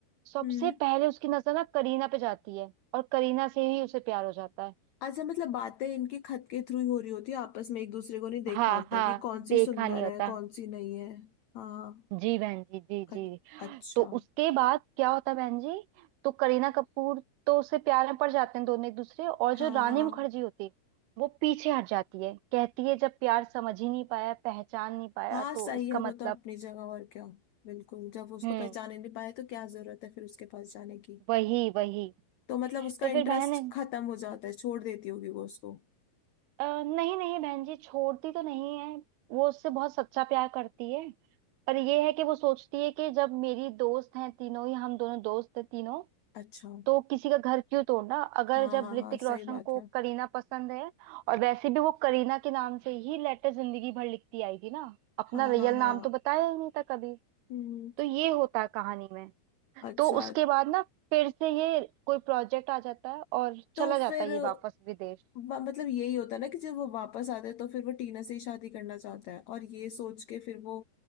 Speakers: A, on the right; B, on the left.
A: सबसे
B: हम्म
A: पहले उसकी नजर ना करीना पे जाती है और करीना से ही उसे प्यार हो जाता है
B: अच्छा मतलब बातें इनके खत के थ्रू ही हो रही होती है आपस में एक दूसरे को नहीं देखा
A: हाँ
B: होता
A: हाँ
B: कि कौन
A: देखा
B: सी सुंदर
A: नहीं होता
B: है कौन सी नहीं है हाँ
A: जी बहन जी जी जी
B: अ- अच्छा
A: तो उसके बाद क्या होता है बहन जी तो करीना कपूर तो उससे प्यार में पड़ जाते हैं दोनों एक दूसरे और
B: हाँ
A: जो रानी
B: हाँ
A: मुखर्जी होती है वो पीछे हट जाती है कहती है जब प्यार समझ ही नहीं पाया पहचान नहीं पाया
B: हाँ
A: तो
B: सही
A: इसका
B: है
A: मतलब
B: वो तो अपनी जगह और क्या बिल्कुल जब वो उसको
A: हम्म
B: पहचाने नहीं पाए तो क्या जरूरत है फिर उसके पास जाने की
A: वही वही
B: तो मतलब उसका
A: तो
B: इंटरेस्ट
A: फिर बहन
B: खत्म हो जाता है छोड़ देती होगी वो उसको
A: अ, नहीं नहीं बहन जी छोड़ती तो नहीं है वो उससे बहुत सच्चा प्यार करती है पर ये है कि वो सोचती है कि जब मेरी दोस्त हैं तीनों ही हम दोनों दोस्त हैं तीनों
B: अच्छा
A: तो किसी का घर क्यों तोड़ना अगर
B: हाँ
A: जब
B: हाँ
A: ऋतिक
B: हाँ
A: रोशन
B: सही बात
A: को
B: है
A: करीना पसंद है और वैसे भी वो करीना के नाम से ही लेटर जिंदगी भर लिखती आई थी ना अपना
B: हाँ
A: रियल
B: हाँ
A: नाम
B: हाँ
A: तो बताया ही नहीं था कभी
B: हम्म
A: तो ये होता है कहानी में
B: अच्छा
A: तो उसके बाद ना फिर से ये कोई प्रोजेक्ट आ जाता है और चला
B: तो
A: जाता
B: फिर
A: है ये वापस विदेश
B: वा- मतलब यही होता है ना कि जब वो वापस आता है तो फिर वो टीना से ही शादी करना चाहता है और ये सोच के फिर वो